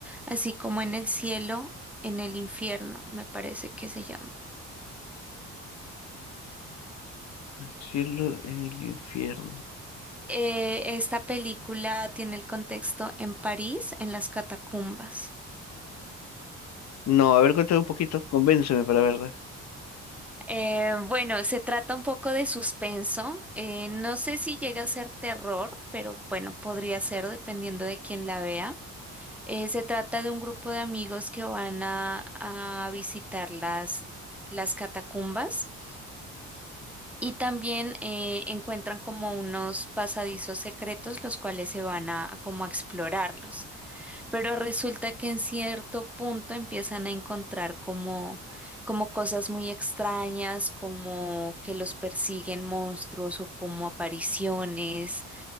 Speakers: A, in the centre; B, on the left.
A: así como en el cielo, en el infierno, me parece que se llama.
B: El cielo, el infierno.
A: Eh, esta película tiene el contexto en París, en las catacumbas.
B: No, a ver, cuéntame un poquito, convénceme para verla.
A: Eh, bueno, se trata un poco de suspenso. eh, no sé si llega a ser terror, pero bueno, podría ser dependiendo de quién la vea. Eh, se trata de un grupo de amigos que van a, a visitar las, las catacumbas y también eh, encuentran como unos pasadizos secretos los cuales se van a como a explorarlos. Pero resulta que en cierto punto empiezan a encontrar como, como cosas muy extrañas, como que los persiguen monstruos o como apariciones.